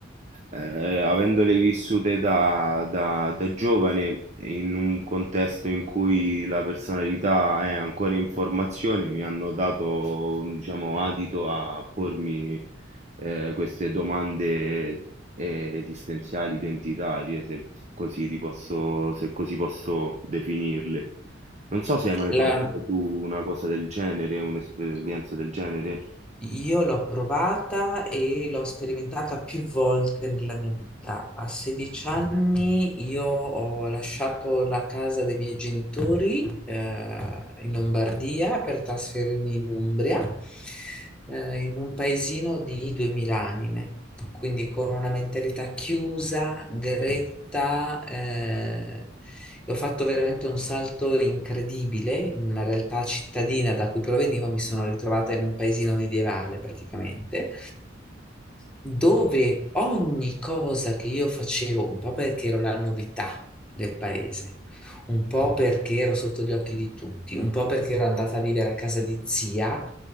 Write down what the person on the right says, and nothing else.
eh, avendole vissute da, da- da giovane in un contesto in cui la personalità è ancora in formazione, mi hanno dato, diciamo, adito a pormi eh, queste domande eh, esistenziali, identitarie, se così, ti posso, se così posso definirle. Non so se hai mai
provato tu una cosa del genere, un'esperienza del genere.